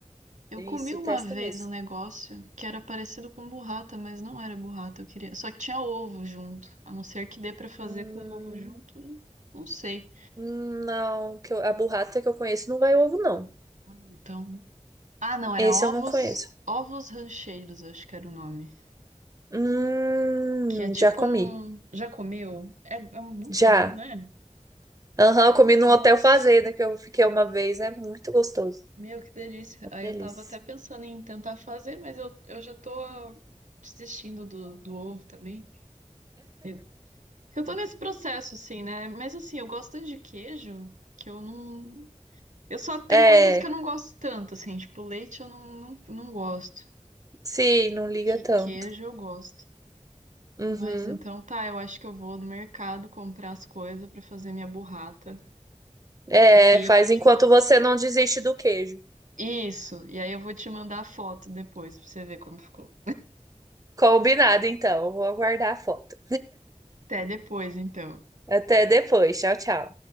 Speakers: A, on the right; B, on the right.
A: Eu
B: Isso,
A: comi uma
B: testa
A: vez
B: mesmo.
A: um negócio que era parecido com burrata, mas não era burrata, eu queria. Só que tinha ovo junto. A não ser que dê pra fazer
B: Hum,
A: com ovo junto, não não sei.
B: não, que eu- a burrata que eu conheço não vai ovo, não.
A: Ah, Então, ah, não, era
B: Esse
A: ovos,
B: eu não conheço.
A: ovos rancheiros, acho que era o nome.
B: Hum,
A: Que é tipo
B: já comi.
A: um, já comeu? É, é muito
B: Já.
A: bom, né?
B: Aham, eu comi num
A: Nossa.
B: hotel fazenda que eu fiquei uma vez. É muito gostoso.
A: Meu, que delícia.
B: Uma
A: Aí
B: delícia.
A: eu tava até pensando em tentar fazer, mas eu, eu já tô desistindo do, do ovo também. Eu eu tô nesse processo, assim, né? Mas assim, eu gosto tanto de queijo que eu não. Eu só tem
B: É,
A: coisas que eu não gosto tanto, assim, tipo, leite eu não, não, não gosto.
B: sim, não liga
A: Que,
B: tanto.
A: queijo eu gosto.
B: Uhum.
A: Mas então tá, eu acho que eu vou no mercado comprar as coisas pra fazer minha burrata.
B: É,
A: E aí
B: faz
A: eu vou te
B: enquanto
A: mandar.
B: você não desiste do queijo.
A: Isso, e aí eu vou te mandar a foto depois pra você ver como ficou.
B: Combinado, então. Eu Vou aguardar a foto.
A: Até depois, então.
B: Até depois. Tchau, tchau.